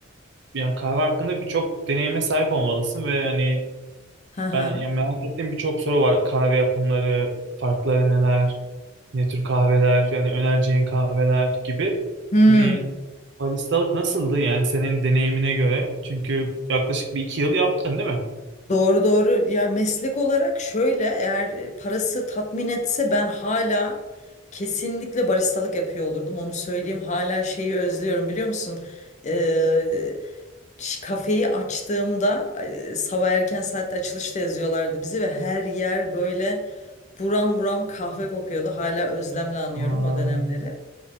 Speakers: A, on the right; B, on the left.
A: ya kahve hakkında birçok deneyime sahip olmalısın ve hani
B: Hı hı.
A: ben ya merak ettiğim birçok soru var. Kahve yapımları, farkları neler? Ne tür kahveler yani önereceğin kahveler gibi.
B: Hmm,
A: Hani baristalık nasıldı yani senin deneyimine göre? Çünkü yaklaşık bir iki yıl yaptın değil mi?
B: doğru doğru. Ya meslek olarak şöyle eğer e, parası tatmin etse ben hala kesinlikle baristalık yapıyor olurdum. Onu söyleyeyim hala şeyi özlüyorum biliyor musun? Ee, ş- kafeyi açtığımda e, sabah erken saatte açılışta yazıyorlardı bizi ve her yer böyle buram buram kahve kokuyordu. Hala özlemle anıyorum
A: Aa,
B: o dönemleri.